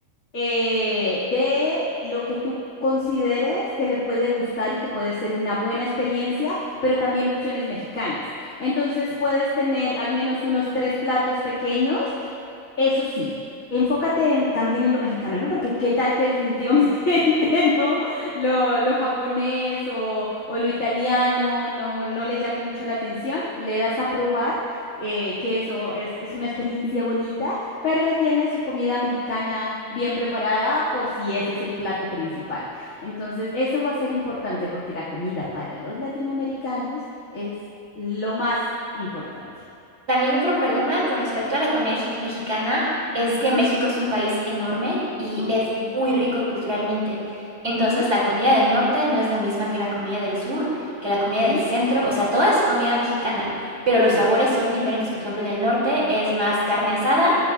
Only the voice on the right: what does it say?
También otro problema con respecto a la comida ji- mexicana es
que México es un país enorme y
es
muy rico culturalmente. Entonces
la comida del norte no es la misma que la comida del sur, que la comida
del centro, o sea, toda es comida mexicana, pero los
sabores son diferentes. Por ejemplo, en el norte es más carne asada,